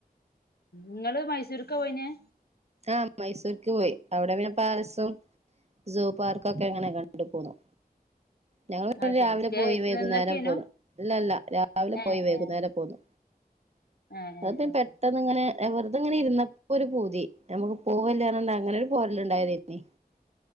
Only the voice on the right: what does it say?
ആഹ് മൈസൂർക്ക് പോയി അവിടെ പിന്നെ പാലസും സൂ പാർക്കും ഒക്കെ എങ്ങനെ കണ്ടു പോന്നു ഞങ്ങൾ
രാവിലെ
പോയി വൈകുന്നേരം
പോന്നു ഇല്ലല്ല രാവിലെ
പോയി വൈകുന്നേരം
പോന്നു
അതിപ്പം
പെട്ടന്ന്
ഇങ്ങനെ വെറുതെ അങ്ങനെ ഇരുന്നപ്പോ ഒരു പൂതി ഞമക്ക് പോവല്ലേ പറഞ്ഞാണ്ട് അങ്ങനൊരു പോരല് ഇണ്ടായതേനി